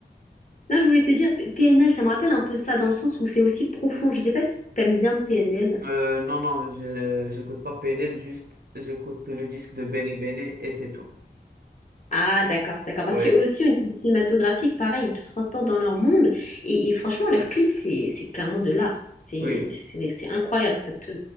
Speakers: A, on the left; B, on the right.
A: Non, je voulais te dire, P- PNL, ça me rappelle un peu ça dans le sens où c'est aussi profond. Je sais pas si t'aimes bien PNL.
B: Euh, non, non, je, j'écoute pas PNL, juste j'écoute le disque de Bene Bene et c'est tout.
A: Ah, d'accord, d'accord. Parce
B: Ouais,
A: que aussi, au niveau cinématographique, pareil, ils te transportent dans leur monde. Et, et franchement, leurs clips, c'est, c'est clairement de l'art. C'est,
B: oui.
A: c'est, c'est incroyable. Ça te,